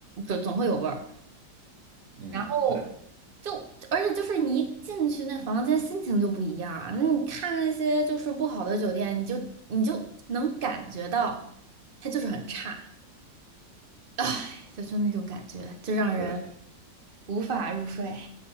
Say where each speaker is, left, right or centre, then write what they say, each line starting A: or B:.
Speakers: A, on the right; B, on the right.
A: 就总会有味儿。
B: 嗯，
A: 然后
B: 那你
A: 就，而且就是你一进去那房间，心情就不一样啊。那你看那些就是不好的酒店，你就你就能感觉到它就是很差，唉，就是那种感觉，就让人
B: 确实。
A: 无法入睡。